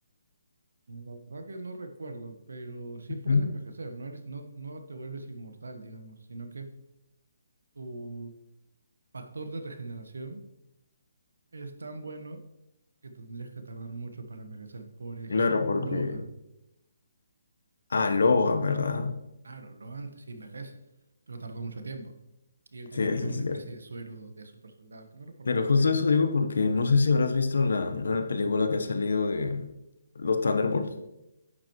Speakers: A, on the right; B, on the left.
A: la verdad que no recuerdo, pero sí
B: Ujú.
A: puedes envejecer, no eres, no, no te vuelves inmortal, digamos, sino que tu factor de regeneración Es tan bueno que tendrías que tardar mucho para envejecer. Por ejemplo,
B: Claro, porque
A: Logan.
B: Ah, Logan, ¿verdad?
A: Claro, Logan sí envejece, pero tardó mucho tiempo. Y él tiene
B: Sí, eso
A: también
B: es
A: una
B: cierto.
A: especie de suero de super soldado, que no recuerdo
B: Pero
A: cómo se
B: justo
A: le llama.
B: eso digo porque no sé si habrás visto la nueva película que ha salido de los Thunderbolts.